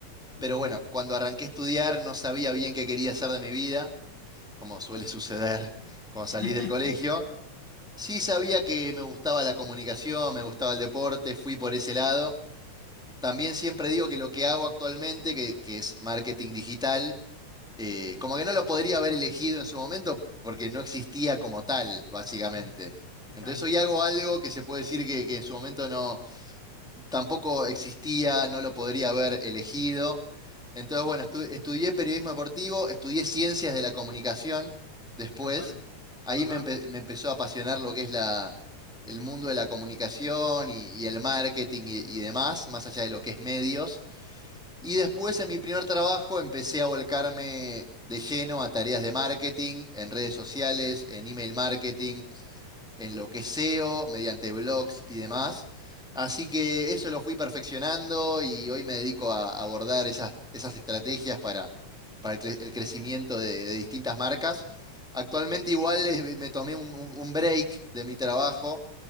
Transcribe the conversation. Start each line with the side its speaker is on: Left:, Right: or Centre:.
Centre: Pero
Left: Ujú.
Centre: bueno, cuando arranqué a estudiar no sabía bien qué quería hacer de mi vida, como suele <laughs> suceder cuando salís
Left: <laughs>
Centre: del colegio. Sí sabía que me gustaba la comunicación, me gustaba el deporte, fui por ese lado. También siempre digo que lo que hago actualmente, que, que es marketing digital, eh, como que no lo podría haber elegido en su momento porque no existía como tal, básicamente.
Left: Claro, exacto.
Centre: Entonces hoy hago algo que se puede decir que, que en su momento no, tampoco existía, no lo podría haber elegido. Entonces, bueno, estu- estudié periodismo deportivo, estudié ciencias de la comunicación después.
Left: Qué bueno.
Centre: Ahí
Left: Ajá,
Centre: me, empe- me empezó a apasionar lo que es la, el mundo de la comunicación y, y el marketing y, y demás, más allá de lo que es medios. Y después, en mi primer trabajo, empecé a volcarme de lleno a tareas de marketing, en redes sociales, en email marketing, en lo que es SEO, mediante blogs y demás. Así que eso lo fui perfeccionando y hoy me dedico a abordar esas, esas estrategias para, para el, cre- el crecimiento de, de distintas marcas. Actualmente igual eh, me tomé un, un- un break de mi trabajo,